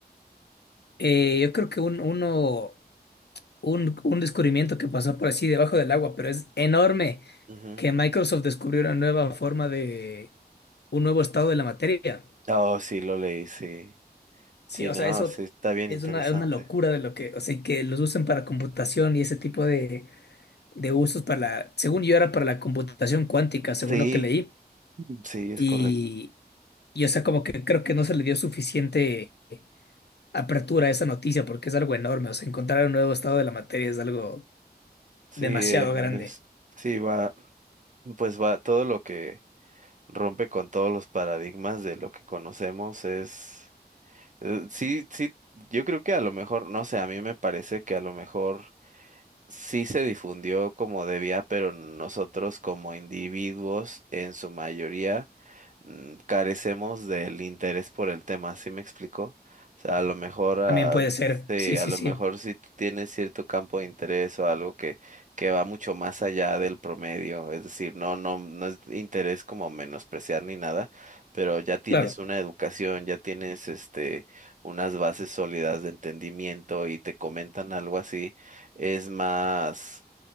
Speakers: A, on the left; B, on the right.
A: Eh, yo creo que un, uno. un, un descubrimiento que pasó por así debajo del agua, pero es enorme
B: Ujú.
A: que Microsoft descubrió una nueva forma de un nuevo estado de la materia.
B: Oh, sí, lo leí, sí. Sí,
A: Sí, o
B: no,
A: sea, eso
B: sí, está bien
A: es
B: interesante.
A: una, una locura de lo que, o sea, que los usan para computación y ese tipo de, de usos para la, según yo era para la computación cuántica, según
B: Sí,
A: lo que leí,
B: sí, es
A: y,
B: correcto.
A: y o sea, como que creo que no se le dio suficiente apertura a esa noticia porque es algo enorme, o sea, encontrar un nuevo estado de la materia es algo
B: Sí,
A: demasiado
B: eh,
A: grande.
B: es- sí, va, pues va, todo lo que rompe con todos los paradigmas de lo que conocemos es, eh, sí, sí, yo creo que a lo mejor, no sé, a mí me parece que a lo mejor sí se difundió como debía, pero nosotros como individuos en su mayoría mm, carecemos del interés por el tema, ¿sí me explico? O sea, a lo mejor, ah,
A: También puede ser,
B: sí,
A: sí,
B: a
A: sí,
B: lo
A: sí.
B: mejor si tú tienes cierto campo de interés o algo que, que va mucho más allá del promedio, es decir, no, no, no es interés como menospreciar ni nada, pero ya tienes
A: Claro,
B: una educación, ya tienes este, unas bases sólidas de entendimiento y te comentan algo así es más